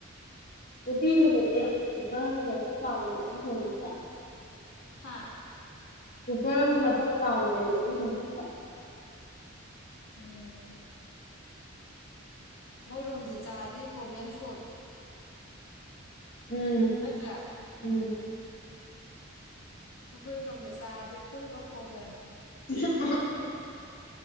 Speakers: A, on the left (about 45°); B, on the left (about 75°).
A: ꯎꯇꯤꯗꯨꯕꯨ ꯑꯦ ꯀꯨꯨꯀꯔ ꯑꯃꯗꯤ ꯃꯊꯧ ꯇꯥꯕꯅꯤ ꯎꯇꯤ ꯊꯣꯡꯕꯗ
B: ꯍꯥꯥ
A: ꯀꯨꯀꯔ ꯑꯃꯗꯤ ꯃꯊꯧ ꯇꯥꯕꯅꯦꯕ ꯎꯇꯤ ꯊꯣꯡꯕꯗ
B: ꯎꯝ ꯃꯣꯏ ꯔꯣꯝꯗ ꯆꯥꯔꯗꯤ ꯄ꯭ꯔꯣꯕ꯭ꯂꯦꯝ ꯁꯣꯜꯕ
A: ꯎꯝ
B: ꯅꯠꯇ꯭ꯔꯥ
A: ꯎꯝ
B: ꯑꯩꯈꯣꯏꯔꯣꯝꯗ ꯆꯥꯔꯗꯤ ꯐꯨꯜ ꯑꯣꯐ ꯄ꯭ꯔꯣꯕ꯭ꯂꯦꯝ
A: <unintelligible>